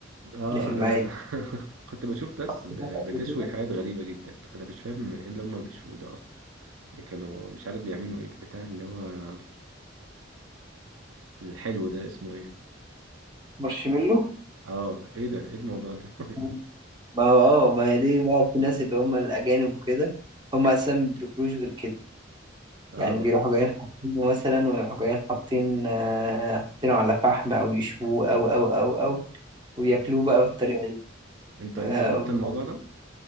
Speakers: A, on the right; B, on the right.
A: اه
B: اللي في المعادي
A: انا ب... <laughs> كنت بشوف ناس ب...
B: سمعت
A: بتشوي
B: قبل كده
A: حاجات غريبه جدا انا مش فاهم ايه اللي هم بيشووا ده اصلا يعني كانوا مش عارف بيعملوا ايه البتاع اللي هو الحلو ده اسمه ايه
B: مارشميلو
A: اه ايه ده ايه الموضوع ده <laughs>
B: مم. ما هو اه ما هي دي بقى في ناس اللي هم الأجانب وكده هم أساسا ما بياكلوش غير كده
A: اه
B: يعني بيروحوا جايين حاطينه مثلا ويروحوا جايين حاطين آه، حاطينه على فحم أو يشووه أو أو أو أو وياكلوه
A: مم.
B: بقى بالطريقة دي
A: انت
B: اه
A: ايه جربت الموضوع ده